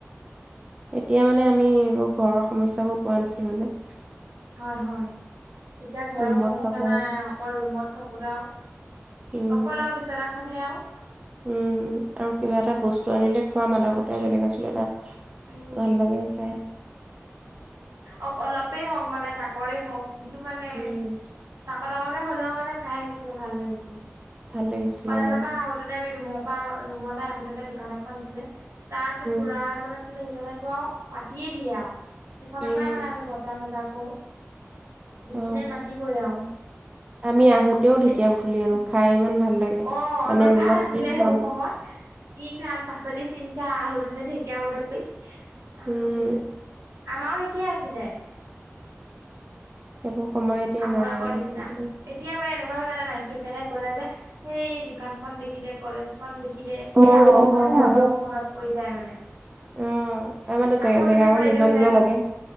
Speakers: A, on the right; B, on the right.
A: তেতিয়া মানে আমি এইবোৰ ঘৰৰ সমস্যবোৰ পোৱা নাছিলো যে।
B: হয়-হয়, তেতিয়া ঘৰৰ
A: ৰুমত
B: সমস্যা
A: থকা
B: নাই অকল ৰুমত থাকোতেও।
A: উম
B: অকল আৰু বিচনাখনহে আৰু।
A: উম, আৰু কিবা এটা বস্তু আনিলে খোৱা মাদকতাই বেলেগ আছিলে তাত।
B: উম
A: ভাল লাগে খায়।
B: অকল অলপেই হওক মানে তাকৰে হওক কিন্তু মানে
A: উম
B: তাক তাককে হ'লেও মানে খাই আহি কিবা ভাল লাগিছিলে,
A: ভাল লাগিছিলে
B: কলেজৰ
A: অ
B: পৰা তেনে আমি ৰুমৰ পৰা আহো ৰুমলে আহোতেনে দোকান এখন আছিলে, তাৰ যে
A: উম
B: খুৰা এজনক সিজনেতো আৰু মাতিয়ে দিয়ে আৰু, সেইখনৰ
A: উম
B: পৰাই মানে আমি বজাৰ- চজাৰ কৰো। দেখিলে
A: অ
B: মাতিবই আৰু।
A: আমি আহোতেও ঢেকীয়া
B: এই
A: বুটলি আনো খাই ইমান ভাল লাগে,
B: অ
A: মানে
B: ইমান
A: ৰুমত
B: ভাল আছিলে
A: কি খাম।
B: সেইবোৰ সময় কি খাম পাচলি চিন্তা আহোঁতেনে ঢেকীয়া বুটলি আনো
A: উম
B: সেইটোৱে, আমাৰও একেয়ে আছিলে।
A: সেইবোৰ সময় এতিয়া
B: আপোনালোকৰ
A: নাই আৰু।
B: নিচিনা এতিয়া মানে এনেকুৱা হয় জানে নাই সেইফালে গলে যে, সেই দোকানখন দেখিলে কলেজ খন দেখিলে
A: অ
B: এ আকৌ
A: হয়
B: মানে সময়বোৰ
A: হয়
B: মনত পৰি যায় মানে।
A: অ তাৰ মানে জে
B: আকৌ
A: জেগা
B: যদি
A: কন
B: পাৰিলোহেঁতেন,
A: নিজৰ নিজৰ লাগে